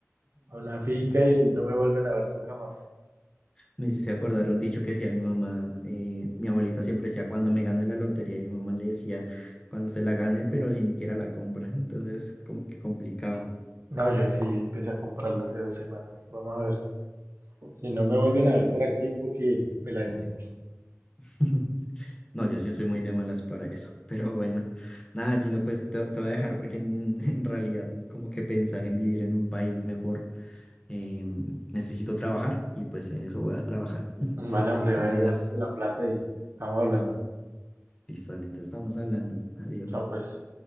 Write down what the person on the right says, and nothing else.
a una finca y no me vuelven a ver nunca más.
No, yo sí empecé a comprarla hace dos semanas. Vamos a ver. Si no me vuelven a ver por aquí es porque me la gané.
Vale, hombre,
vaya, ganes de la plata y estamos hablando.
Chao, pues.